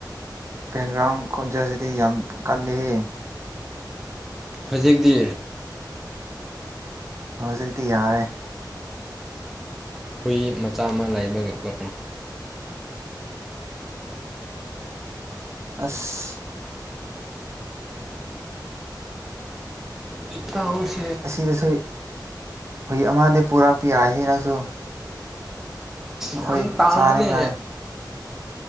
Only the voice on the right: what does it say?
ꯕꯦꯡꯒ꯭ꯔꯥꯎꯟ ꯈꯣꯟꯖꯦꯜꯁꯤꯗꯤ ꯌꯥꯝ ꯀꯜꯂꯤꯍꯦ
ꯍꯧꯖꯤꯛꯇꯤ ꯌꯥꯔꯦ
ꯑꯁ
ꯑꯁꯤꯗꯁꯨ ꯍꯨꯢ ꯑꯃꯗꯤ ꯄꯨꯔꯛꯄ ꯌꯥꯏꯍꯦ ꯅꯪꯁꯨ ꯑꯩꯈꯣꯏ
ꯆꯥꯅꯤꯡꯉꯥꯏ